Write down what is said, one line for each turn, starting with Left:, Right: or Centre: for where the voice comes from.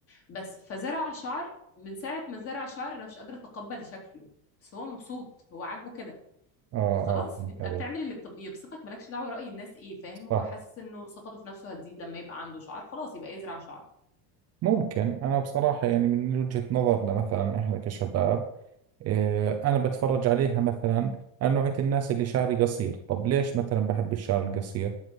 Left: بس فزرع شعر من ساعة ما زرع شعر أنا مش قادرة أتقبل شكله بس هو مبسوط هو عاجبه كده
Right: اه
Left: فخلاص
Right: اه فهمت
Left: أنت
Right: عليك
Left: بتعمل اللي بتب- يبسطك مالكش دعوة رأي الناس إيه فاهم
Right: صح
Left: هو حاسس إنه ثقته في نفسه هتزيد لما يبقى عنده شعر خلاص يبقى يزرع شعر
Right: ممكن انا بصراحة يعني من وجهة نظرنا مثلا احنا كشباب آه، أنا بتفرج عليها مثلا أنا نوعية الناس اللي شعري قصير طب ليش مثلا بحب الشعر القصير